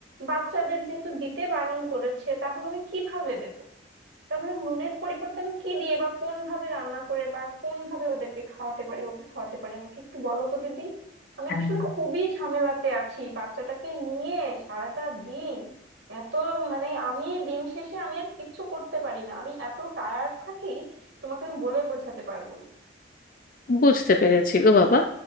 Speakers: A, on the right (about 80°); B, on the left (about 50°).
A: বাচ্চাদের যেহেতু দিতে বারণ করেছে তাহলে আমি কিভাবে দেব তাহলে নুনের পরিবর্তে আমি কি দিয়ে বা কোন ভাবে রান্না করে বা কোন ভাবে ওদেরকে খাওয়াতে পারি ওকে খাওয়াতে পারি আমাকে একটু বলো তো দিদি আমি
B: হুম।
A: আসলে খুবই ঝামেলাতে আছি বাচ্চাটাকে নিয়ে সারাটা দিন এত মানে আমি দিন শেষে আমি আর কিচ্ছু করতে পারি না আমি এত টায়ার্ড থাকি তোমাকে আমি বলে বোঝাতে পারবো না
B: বুঝতে পেরেছি গো বাবা